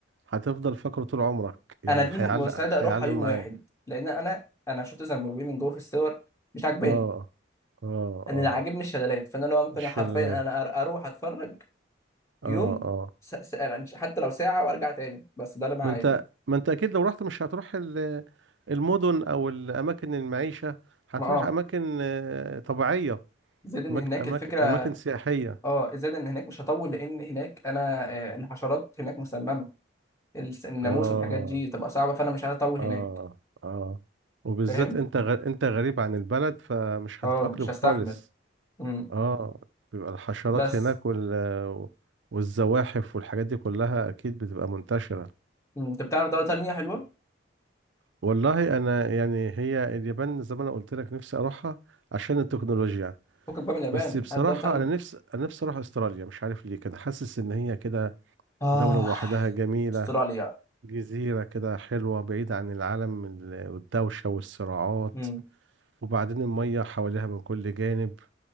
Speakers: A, on the right; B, on the left.
A: هتفضل فاكره طول عمرك يعني
B: انا دي
A: هيعلق
B: مستعد اروحها
A: هيعلم
B: يوم
A: معاك
B: واحد لان انا انا شفت زنبوبيه من جوه في الصور مش عاجباني
A: اه اه
B: انا
A: اه
B: اللي عاجبني الشلالات فانا لو ممكن
A: الشلال
B: حرفيا انا أر- اروح اتفرج يوم
A: اه اه
B: س... س... يعني حتى لو ساعه وارجع تاني بس ده اللي انا
A: ما
B: عايزه
A: انت ما انت اكيد لو رحت مش هتروح ال- المدن او الاماكن المعيشه هتروح
B: ما اه
A: اماكن آه، طبيعيه
B: زائد ان
A: أماك...
B: هناك
A: أماك...
B: الفكره
A: اماكن سياحيه
B: اه زائد ان هناك مش هطول لان هناك انا آه، الحشرات هناك مسممه الس- الناموس
A: اه
B: والحاجات دي تبقى صعبه فانا مش عايز اطول
A: اه
B: هناك
A: اه وبالذات
B: فاهم
A: انت غ... انت غريب عن البلد فمش
B: اه
A: هتتأقلم
B: مش هستحمل
A: خالص
B: امم
A: اه بيبقى الحشرات
B: بس
A: هناك وال... والزواحف والحاجات دي كلها اكيد بتبقى منتشرة
B: مم. انت بتعرف دوله تانيه حلوه
A: والله انا يعني هي اليابان زي ما انا قلت لك نفسي اروحها عشان التكنولوجيا
B: فكك بقى من اليابان
A: بس بصراحة
B: هات دوله تانيه
A: انا نفسي انا نفسي اروح استراليا مش عارف ليه كده حاسس ان هي كده
B: آه
A: دولة لوحدها جميلة
B: استراليا
A: جزيرة كده حلوة بعيدة عن العالم ال- والدوشة والصراعات
B: امم
A: وبعدين المية حواليها من كل جانب